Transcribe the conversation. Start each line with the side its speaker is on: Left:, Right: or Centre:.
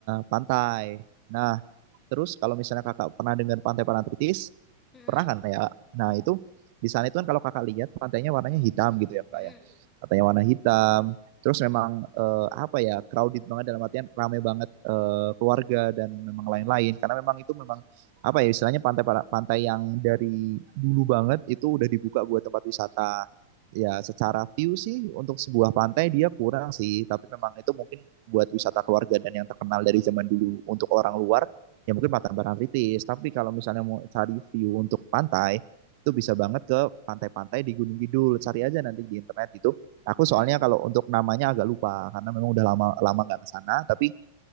Right: pantai. Nah, Terus kalau misalnya kakak pernah dengar pantai Parangtritis,
Left: Hmm.
Right: pernah kan ya? Nah itu di sana itu kan kalau kakak lihat pantainya warnanya hitam gitu ya kak
Left: Hmm.
Right: ya. Pantainya warna hitam. Terus memang eh, apa ya crowded banget dalam artian ramai banget eh, keluarga dan memang lain-lain. Karena memang itu memang apa ya istilahnya pantai pantai yang dari dulu banget itu udah dibuka buat tempat wisata ya secara view sih untuk sebuah pantai dia kurang sih tapi memang itu mungkin buat wisata keluarga dan yang terkenal dari zaman dulu untuk orang luar ya mungkin Pantai Barangritis. Tapi kalau misalnya mau cari view untuk pantai, itu bisa banget ke pantai-pantai di Gunung Kidul. Cari aja nanti di internet itu Aku
Left: Hmm?
Right: soalnya kalau untuk namanya agak lupa karena memang udah lama lama nggak ke sana. Tapi